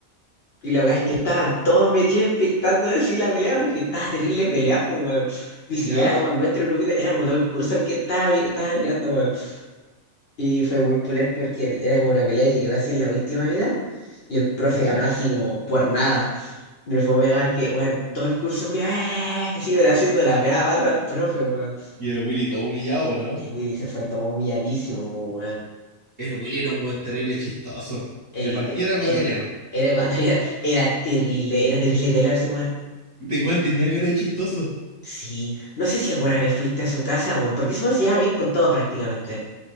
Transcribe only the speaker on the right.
Oh,
¿ya?
¿Ya?
Oh.
Y el Willy todo humillado, ¿no?
El Willy era un weón terrible chistoso.
De partida
era ecuatoriano.
Te weón tenía que de chistoso.